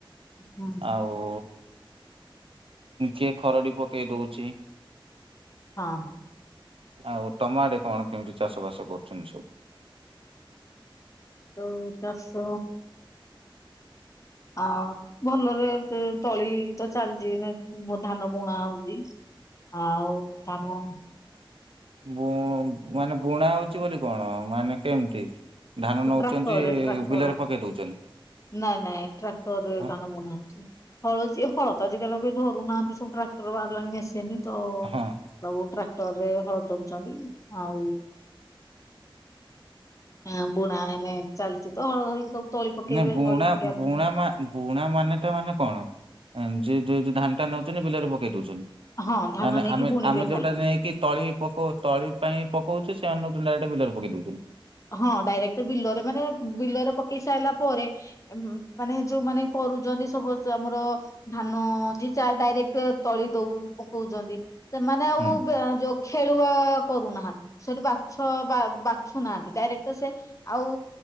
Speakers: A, on the left; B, on the right.
A: ହୁଁ
B: ଆଉ କିଏ ଖରଡି ପକେଇ ଦଉଛି।
A: ହଁ।
B: ଆଉ ତମ ଆଡେ କଣ କେମିତି ଚାଷ ବାସ କରୁଛନ୍ତି ସବୁ?
A: ତ ଚାଷ ଆ ଭଲରେ ତ-ତଳି ତ ଚାଲିଛି ଧାନ ବୁଣା ହଉଛି। ଆଉ ଧାନ
B: ଉଁ ମାନେ ବୁଣା ହଉଛି ବୋଲି କଣ ମାନେ କେମିତି? ଧାନ ନଉଛନ୍ତି
A: ଟ୍ରାକ୍ଟରରେ ଟ୍ରାକ୍ଟର।
B: ବିଲରେ ପକେଇ ଦଉଛନ୍ତି
A: ନାଇଁ ନାଇଁ ଟ୍ରାକ୍ଟର
B: ହଁ
A: ଧାନ ବୁନା ଅଛି। ହଳ ଯୀ ହଳ ତ ଆଜିକାଲି କେଇ ଧରୁନାହାନ୍ତି। ସବୁ ଟ୍ରାକ୍ଟର ବାହାରିଲାଣି ମେସିନ୍ ତ
B: ହଁ
A: ସବୁ ଟ୍ରା ତରେ ହଳ ଧଉଛନ୍ତି ଆଉ ହଁ ବୁଣା ଏଇନେ ଚାଲିଚ ତ ହଳଦ ଧରିକି ସବୁ ତଳି ପକେଇବେ
B: ନା ବୁଣା
A: ତଳି ପକେଇବା
B: ବୁଣା
A: ପାଇଁ
B: ମା ବୁଣା ମାନେତା ମାନେ କଣ? ସେ ଯଉ ଧାନ ଟା ନେଉଛନ୍ତି ବିଲରେ ପକେଇ ଦଉଛନ୍ତି।
A: ହଁ ଧାନ
B: ମାନେ
A: ନେଇକି
B: ଆମେ
A: ବୁଣିବେ
B: ଆମେ ଯୋଉଟା
A: ଖାଲି।
B: ନେଇକି ତଳି ପକଉ ତଳି ପାଇଁ ପକଉଛେ <unintelligible> ବିଲର ପକେଇଦଉଛନ୍ତି।
A: ହଁ ଡାଇରେକ୍ଟ ବିଲରେ ମାନେ ବିଲରେ ପକେଇ ସାରିଲା ପରେ ମାନେ ଯୋଉ ମାନେ କ କରୁଚନ୍ତି ସପୋଜ ଆମର ଧାନ ଯିଏ ଚା ଡାଇରେକ୍ଟ ତଳି ଦଉ ପକଉଛନ୍ତି। ସେମାନେ ଆଉ
B: ହୁଁ
A: ଯୋଉ ଖେଳୁଆ କରୁନାହାନ୍ତି ସେଠି ବାଛ ବା-ବାଛୁନାହାନ୍ତି। ଡାଇରେକ୍ଟ ସେ ଆଉ